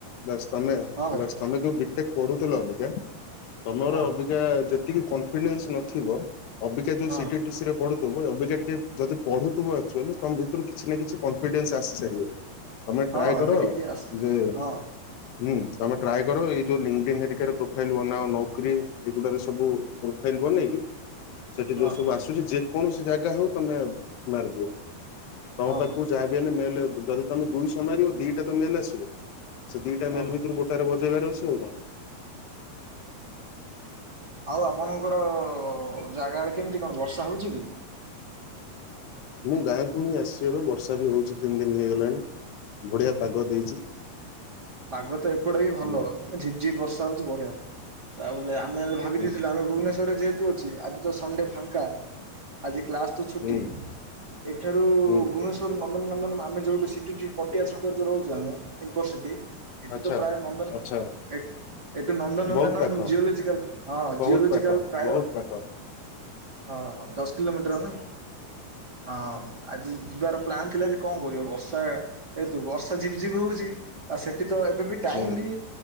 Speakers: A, on the left (about 80°); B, on the right (about 25°).
A: ବାସ ତମେ
B: ହଁ ଭାଇ
A: ବାସ ତମେ ଯୋଉ ବି ତେ ପଢୁଥିଲ ଅବିକା ତମର
B: ହଁ
A: ଅବିକା ଯେତିକି କନଫିଡେନ୍ସ ନଥିବ ଅବିକା ଯୋଉ
B: ହଁ
A: ସି ଟି ଟି ସି ରେ ପଢ଼ୁ ଉଭୟ ଅଵିକା ଟିକେ ଯଦି ପଢୁଥିବ ଆକଚୁଆଲି ତମ ଭିତରୁ କିଛି ନା କିଛି କନଫିଡେନ୍ସ ଆସି ସାରିବନି। ତମେ
B: ହଁ
A: ଟ୍ରାଏ
B: ଏବେ
A: କର
B: ଟିକେ ଆସେ
A: ଯେ
B: ହଁ
A: ହୁଁ ତମେ ଟ୍ରାଏ କର ଏଇ ଯୋଉ ଲିଙ୍କ୍ ବିନ୍ ହେରିକାରେ ପ୍ରୋଫାଇଲ୍ ବନାଅ ନୋକ୍ରି ଏଗୁଡ଼ାରେ ସବୁ ପ୍ରୋଫାଇଲ ବନେଇକି ସେଠି
B: ହଁ।
A: ଯୋଉ ସବୁ ଆସୁଛି ଯେକୌଣସି ଜାଗା ହଉ ତମେ ମାରିଦିଅ। ତମ
B: ହଁ
A: ପାଖକୁ
B: ଭାଇ ଠିକ୍
A: ଯାହା ବି ହେଲେ ମେଲ୍ ଯଦି ତମେ ଦୁଇଶହ ମାରିବ ଦିଟା ତ ମେଲ ଆସିବ। ସେ ଦିଟା
B: ହଁ
A: ମେଲ
B: ଭାଇ
A: ଭିତରୁ ଗୋଟାରେ ବଜେଇବାର ଅଛି ଆଉ କଣ।
B: ଆଉ ଆପଣଙ୍କର ଜାଗା ଆଡେ କେମିତି କଣ ବର୍ଷା ହେଉଛି କି?
A: ମୁଁ ଗାଁକୁ ହିଁ ଆସିଛି ଏବେ ବର୍ଷା ବି ହଉଛି ତିନି ଦିନ ହେଇଗଲାଣି। ବଢିଆ ପାଗ ଦେଇଛି।
B: ପାଗ ତ ଏପଟେ ବି ଭଲ
A: ହୁଁ
B: ଝିପ୍ ଝିପ୍ ବର୍ଷା ହୋଉଛି ବଢିଆ। ତା ବଲେ ମେଲ୍ ଭାବି
A: ହୁଁ
B: ଦେଇଥିଲୁ ଆମେ ଭୁବନେଶ୍ୱରରେ ଯେହେତୁ ଅଛି ଆଜି ତ ସଣ୍ଡେ ଫାଙ୍କା ଆଜି କ୍ଲାସ୍ ଠୁ ଛୁଟି
A: ହୁଁ
B: ଏଠାରୁ
A: ହୁଁ
B: ଭୁବନେଶ୍ୱ ନନ୍ଦନକାନନ ଆମେ ଯୋଉଠୁ ସିଟି ଯୋ ପଟିଆ ଛକରେ ଯୋଉ ରହୁଚୁ ଆମେ ଇନଫର ସିଟି ଏଠି
A: ଆଚ୍ଛା
B: ତ ପ୍ରାୟ ନନ୍ଦନ
A: ଆଚ୍ଛା
B: ଏଠ ଏଠୁ ନନ୍ଦନକାନନ
A: ବହୁତ ପାଖ
B: ଜିଓଲୋଜିକାଲ ହଁ,
A: ବହୁତ
B: ଜିଓଲୋଜିକାଲ
A: ପାଖ
B: ପ୍ରାୟ
A: ବହୁତ ପାଖ
B: ହଁ ଦଶ କିଲୋମିଟର ନା, ହଁ। ଆଜି ଯିବାର ପ୍ଲାନ୍ ଥିଲା ଯେ କଣ କରିବ? ବର୍ଷା ଯେହେତୁ ବର୍ଷା ଝିପ୍ ଝିପ୍ ହଉଛି, ଆଉ ସେ ଠି ତ ଏବେ ବି ଟାଇମ
A: ହୁଁ।
B: ବି